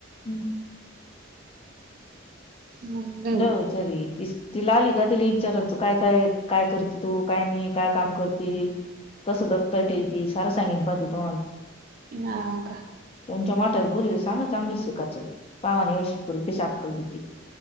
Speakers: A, on the left; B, on the right.
A: हूं!
B: हो
A: नव्ह चरी ती ती ला आली का तिला ईचाराचं काय, काय, काय कर ते तू काय नही काम करती कसं दप्तर ठेवीती सारं सांगिन पाह ती तुम्हाला.
B: हा का?
A: तुमच्या मोठाल्या पोरीला सांगा चांगलं शिकाचं पावान एवशी पोरगी कशी अक्कल देती